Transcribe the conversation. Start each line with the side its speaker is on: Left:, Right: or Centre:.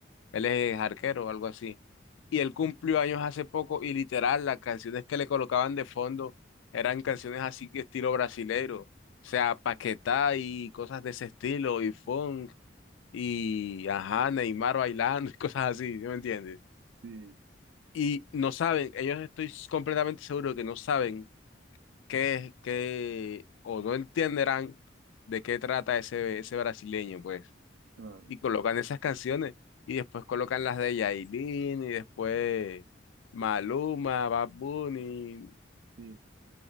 Left: Él es arquero o algo así. Y él cumplió años hace poco y literal las canciones que le colocaban de fondo eran canciones así que estilo brasileiro. O sea, Paquetá y cosas de ese estilo y funk y ajá, Neymar bailando <laughs> y cosas así, ¿sí me entiendes?
Right: sí,
Left: Y no saben, ellos estoy completamente seguro que no saben qué es, qué, o no entenderán de qué trata ese, ese brasileño, pues
Right: claro,
Left: y colocan esas canciones y después colocan las de Yailin y después Maluma, Bad Bunny,
Right: sí.